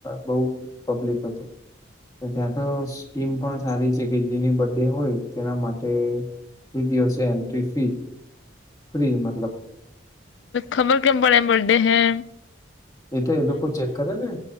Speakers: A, on the left; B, on the left.
A: બહુ પબ્લિક હતું. ત્યાં તો સ્કીમ પણ સારી છે કે જેની બર્ ડે હોય તેના માટે વિીધ હ છે એન્ટ્રી ફી ફ્રી મતલબ
B: ખબર કેમ પડે બર્ડે હૈ.
A: એ તો એ લોકો ચેક કરે ને.